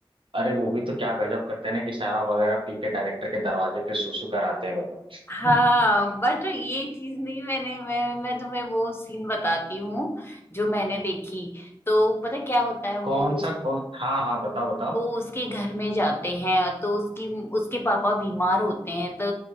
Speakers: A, on the right (about 65°); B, on the left (about 25°).
A: अरे वो भी तो क्या गजब करते हैं ना कि शराब वगैरह पी के डायरेक्टर के दरवाजे पे सुसु कराते हैं बताओ
B: हाँ
A: <laughs>
B: बट ये चीज नहीं मैंने मैं मैं तुम्हें वो सीन बताती हूँ जो मैंने देखी तो पता है क्या होता है वो
A: कौन
B: उस,
A: सा कौन हाँ हाँ बताओ बताओ
B: वो उसके घर में जाते हैं तो उसकी उसके पापा बीमार होते हैं तो